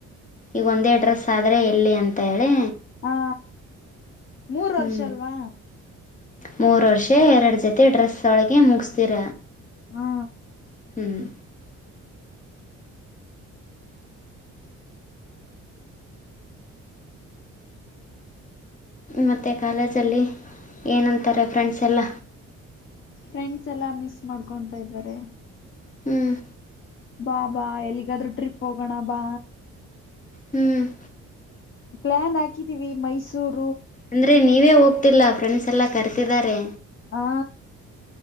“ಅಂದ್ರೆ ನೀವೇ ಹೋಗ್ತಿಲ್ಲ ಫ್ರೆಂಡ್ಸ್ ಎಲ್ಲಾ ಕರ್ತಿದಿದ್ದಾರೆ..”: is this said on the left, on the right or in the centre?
Left